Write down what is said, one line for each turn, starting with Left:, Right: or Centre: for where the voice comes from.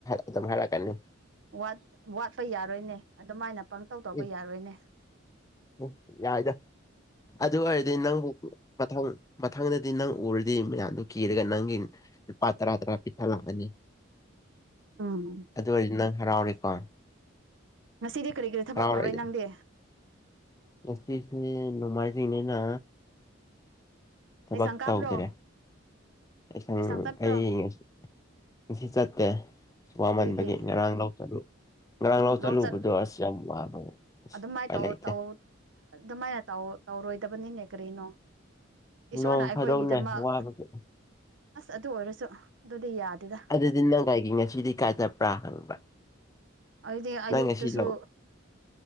Left: ꯑꯗꯨꯝ ꯍꯥꯏꯔꯛꯀꯅꯤ
Right: ꯋꯥꯠ ꯋꯥꯠ ꯆꯠꯄ ꯌꯥꯔꯣꯏꯅꯦ ꯑꯗꯨꯃꯥꯏꯅ ꯄꯪꯇꯧ ꯇꯧꯕ
Left: ꯎ
Right: ꯌꯥꯔꯣꯏꯅꯦ
Left: ꯎꯝ ꯌꯥꯏꯗꯣ ꯑꯗꯨ ꯑꯣꯏꯔꯗꯤ ꯅꯪꯕꯨ ꯃꯊꯪ ꯃꯊꯪꯗꯗꯤ ꯅꯪ ꯎꯔꯗꯤ ꯃꯌꯥꯝꯗꯨ ꯀꯔꯒ ꯅꯪ ꯄꯥꯇ꯭ꯔ ꯇ꯭ꯔꯥ ꯄꯤꯤꯁꯥ ꯂꯒꯅꯤ
Right: ꯎꯝ
Left: ꯑꯗꯨ ꯑꯣꯏꯔꯗꯤ ꯅꯪ ꯍꯔꯥꯎꯔꯤꯀꯣ
Right: ꯉꯁꯤꯗꯤ ꯀꯔꯤ ꯀꯔꯤ ꯊꯕꯛ
Left: ꯍꯔꯥꯎꯔꯛꯏꯗ
Right: ꯇꯧꯔꯦ ꯅꯪꯗꯤ
Left: ꯉꯁꯤꯁꯦ ꯅꯣꯡꯃꯥꯏꯖꯤꯡꯅꯤꯅ ꯊꯕꯛ
Right: ꯂꯥꯏꯁꯪ ꯀꯥꯕ꯭ꯔꯣ
Left: ꯇꯧꯗ꯭ꯔꯦ ꯑꯩꯁꯪ
Right: ꯂꯥꯏꯁꯪ ꯆꯠꯄ꯭ꯔꯣ
Left: ꯑꯩ ꯉ ꯉꯁꯤ ꯆꯠꯇꯦ ꯑ ꯋꯥꯃꯟꯕꯒꯤ
Right: ꯀꯔꯤꯒꯤ
Left: ꯉꯔꯥꯡ ꯂꯥꯎ ꯆꯠꯂꯨ ꯉꯔꯥꯡ ꯂꯥꯎ
Right: ꯂꯧ
Left: ꯆꯠꯂꯨꯕꯗꯣ
Right: ꯆꯠ
Left: ꯑꯁ ꯌꯥꯝ ꯋꯥꯕ ꯑꯁ
Right: ꯑꯗꯨꯃꯥꯏꯅ
Left: ꯎꯄꯥꯏ ꯂꯩꯇꯦ
Right: ꯇꯧꯧ ꯑꯗꯨꯃꯥꯏꯅꯧ ꯇꯧꯔꯣꯏꯗꯕꯅꯤꯅꯦ ꯀꯔꯤꯅꯣ ꯏꯁꯣꯔꯅ
Left: ꯅꯣꯡ
Right: ꯑꯩꯈꯣꯏꯒꯤꯗꯃꯛ
Left: ꯐꯥꯗꯣꯛꯅꯦ ꯋꯥꯕꯒꯤ
Right: ꯑꯁ ꯑꯗꯨ ꯑꯣꯏꯔꯁꯨ ꯑꯗꯨꯗꯤ ꯌꯥꯗꯦꯗ
Left: ꯑꯗꯨꯗꯤ ꯅꯪ ꯀꯥꯏꯒꯤ ꯉꯁꯤꯗꯤ ꯀꯥꯏ ꯆꯠꯄ꯭ꯔꯥ ꯍꯪꯕ
Right: ꯑꯗꯨꯗꯤ ꯑꯌꯨꯛꯇꯁꯨ
Left: ꯅꯪ ꯉ ꯁꯤ ꯂꯑꯣ